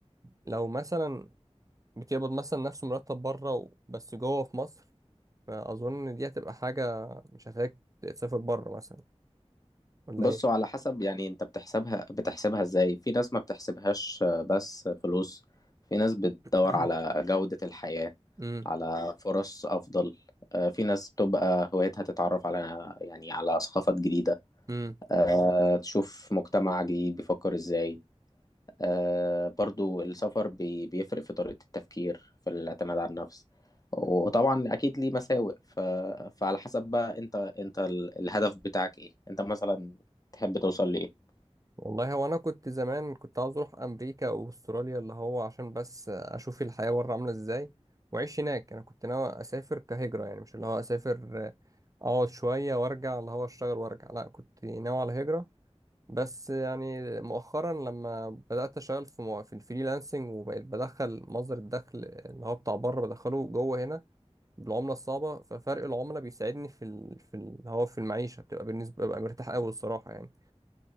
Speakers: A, on the right (about 30°); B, on the left (about 35°).
A: لو مثلا بتقبض مثلا نفس مرتب بره بس جوه في مصر فاظن دي هتبقى حاجة مش هتحتاج تسافر بره مثلا ولا
B: بصوا
A: ايه
B: على حسب يعني انت بتحسبها بتحسبها ازاي في ناس ما بتحسبهاش آه، بس فلوس في ناس بتدور
A: <clears throat>
B: على جودة الحياة
A: امم
B: على فرص افضل آه، في ناس بتبقى هوايتها تتعرف على يعني على ثقافات جديدة
A: امم
B: آه، تشوف مجتمع جديد بيفكر ازاي آه، برضو السفر بي- بيفرق في طريقة التفكير في الاعتماد على النفس وطبعا اكيد ليه مساوئ ف... فعلى حسب بقى انت انت ال- الهدف بتاعك ايه انت مثلا تحب توصل لايه
A: والله هو انا كنت زمان كنت عاوز اروح امريكا او استراليا اللي هو عشان بس اشوف الحياة بره عاملة ازاي واعيش هناك انا كنت ناوي اسافر كهجرة يعني مش اللي هو اسافر آه، اقعد شوية وارجع اللي هو اشتغل وارجع لا كنت ناوي على هجرة بس يعني مؤخرا لما بدأت اشتغل في مو- في الفريلانسنج وبقيت بدخل مصدر الدخل اللي هو بتاع بره بدخله جوه هنا بالعملة الصعبة ففرق العملة بيساعدني في ال... في ال... هو في المعيشة بتبقى بالنسبة ببقى مرتاح أوي الصراحة يعني